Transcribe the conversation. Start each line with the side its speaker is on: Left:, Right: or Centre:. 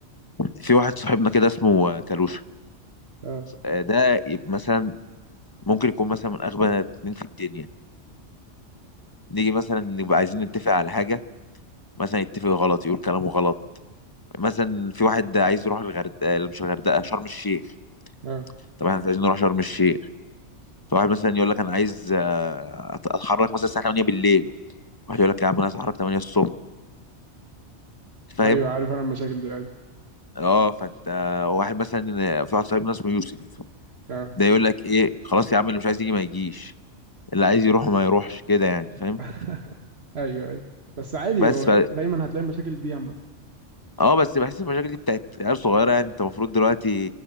Left: في واحد صاحبنا كده اسمه آه، كالوشة
Right: اه
Left: آه، ده مثلا ممكن يكون مثلا من اغبى اتنين في الدنيا نيجي مثلا نبقى عايزين نتفق على حاجة مثلا يتفق غلط يقول كلامه غلط مثلا في واحد عايز يروح الغردقة مش الغردقة شرم الشيخ
Right: اه
Left: طب احنا مش عايزين نروح شرم الشيخ فواحد مثلا يقول لك انا عايز آه، أت- اتحرك مثلا الساعة 8 بالليل واحد يقول لك يا عم انا عايز اتحرك 8 الصبح فاهم
Right: ايوه عارف انا المشاكل دي ايوه
Left: اه فانت واحد مثلا في واحد صاحبنا اسمه يوسف
Right: اه
Left: ده يقول لك ايه خلاص يا عم اللي مش عايز يجي ما يجيش اللي عايز يروح ما يروحش كده يعني فاهم
Right: <laughs> ايوه ايوه بس عادي
Left: بس
Right: هو دايما هتلاقي المشاكل دي عامه
Left: اه بس بحس المشاكل دي بتاعت عيال صغيره يعني انت المفروض دلوقتي